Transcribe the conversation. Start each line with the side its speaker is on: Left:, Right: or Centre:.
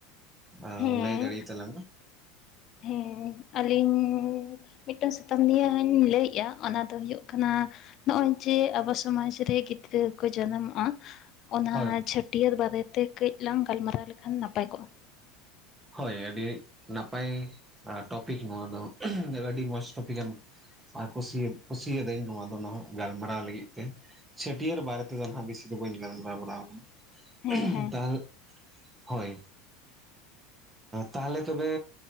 Right: ᱚ
Left: ᱦᱮᱸ
Right: ᱞᱟᱹᱭ ᱫᱟᱲᱤ ᱪᱟᱞᱟᱝ ᱦᱮᱸ
Left: ᱦᱮᱸ, ᱟᱹᱞᱤᱧ ᱢᱤᱫᱴᱟᱝ ᱥᱟᱛᱟᱢ ᱱᱤᱭᱮᱧ ᱞᱟᱹᱭᱮᱜᱼᱟ᱾ ᱚᱱᱟ ᱫᱚ ᱦᱩᱭᱩᱜ ᱠᱟᱱᱟ ᱱᱚᱜᱼᱚᱭ ᱡᱮ ᱟᱵᱚ ᱥᱚᱢᱟᱡᱽ ᱨᱮ ᱜᱤᱫᱽᱨᱟᱹ ᱠᱚ ᱡᱟᱱᱟᱢᱚᱜᱼᱟ᱾ ᱚᱱᱟ
Right: ᱦᱳᱭ
Left: ᱪᱷᱟᱹᱴᱤᱭᱟᱹᱨ ᱵᱟᱨᱮ ᱛᱮ ᱠᱟᱹᱡ ᱞᱟᱝ ᱜᱟᱞᱢᱟᱨᱟᱣ ᱞᱮᱠᱷᱟᱱ ᱱᱟᱯᱟᱭ ᱠᱚᱜᱼᱟ᱾
Right: ᱦᱳᱭ, ᱟᱹᱰᱤ ᱱᱟᱯᱟᱭ ᱴᱚᱯᱤᱠ ᱱᱚᱣᱟ ᱫᱚ ᱟᱹᱰᱤ ᱢᱚᱸᱡᱽ ᱴᱚᱯᱤᱠ ᱮᱢ ᱟᱨ ᱠᱩᱥᱤ ᱠᱩᱥᱤᱭᱟᱫᱟᱹᱧ ᱱᱚᱣᱟ ᱫᱚ ᱱᱟᱦᱟᱜ ᱜᱟᱞᱢᱟᱨᱟᱣ ᱞᱟᱹᱜᱤᱫ ᱛᱮ ᱪᱷᱟᱹᱴᱭᱟᱹᱨ ᱵᱟᱨᱮ ᱛᱮᱫᱚ ᱱᱟᱦᱟᱜ ᱵᱮᱥᱤ ᱫᱚ ᱵᱟᱹᱧ ᱜᱟᱞᱢᱟᱨᱟᱣ ᱵᱟᱲᱟᱣ ᱟᱠᱟᱱᱟ᱾
Left: ᱦᱮᱸ ᱦᱮᱸ
Right: ᱛᱟᱦᱞᱮ, ᱦᱳᱭ᱾ ᱛᱟᱦᱞᱮ ᱛᱚᱵᱮ